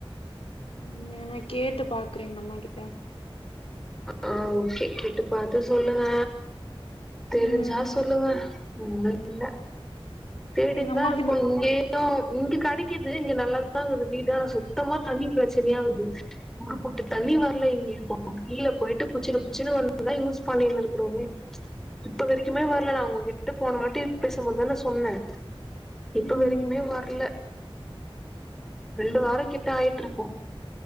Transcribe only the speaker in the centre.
ஆ ஓகே கேட்டு பாத்து சொல்லுங்க தெரிஞ்சா
சொல்லுங்க ஒன்னு இல்ல தேடின்தா
ருக்கோ
இங்கே <unintelligible> இங்க கடைக்கிது இங்க நல்லாதான்குது வீடு ஆனா சுத்தமா தண்ணி ப்ரச்சனையாகுது ஒரு பொட்டு தண்ணி வர்ல இங்க இப்போ கீழ போயிட்டு புச்சினு புச்சினு வந்து தா யூஸ் பண்ணினு ருக்குறோமே இப்ப வரிக்குமே வர்ல நா உங்ககிட்ட போன வாட்டி பேசம்போதுதான சொன்ன இப்ப
வரைக்குமே வர்ல ரெண்டு வாரோ கிட்ட ஆயிட்ருக்கு